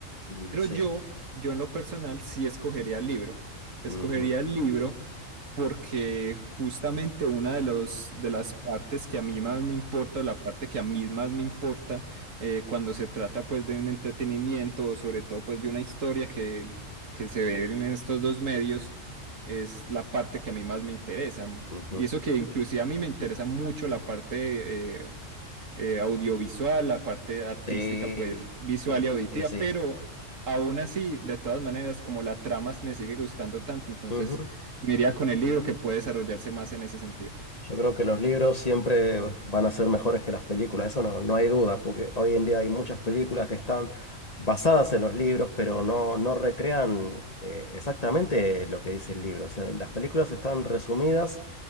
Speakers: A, on the left; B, on the right.
A: Mm,
B: Pero
A: Sí.
B: yo, yo en lo personal sí escogería el libro. Escogería
A: Ujú,
B: el libro porque justamente una de, los, de las partes que a mí más me importa o la parte que a mí más me importa eh, cuando se trata pues de un entretenimiento o sobre todo pues de una historia que, que se ve en estos dos medios es la parte que a mí más me interesa.
A: ujú.
B: Y eso que inclusive a mí me interesa mucho la parte eh, eh, audiovisual, la parte artística,
A: Sí.
B: pues visual
A: Sí,
B: y auditiva,
A: sí, sí.
B: pero aún así, de todas maneras, como la trama me sigue gustando tanto, entonces
A: Ujú.
B: me iría con el libro que puede desarrollarse más en ese sentido.
A: Yo creo que los libros siempre van a ser mejores que las películas, eso no, no hay duda, porque hoy en día hay muchas películas que están basadas en los libros, pero no, no recrean eh, exactamente lo que dice el libro. O sea, las películas están resumidas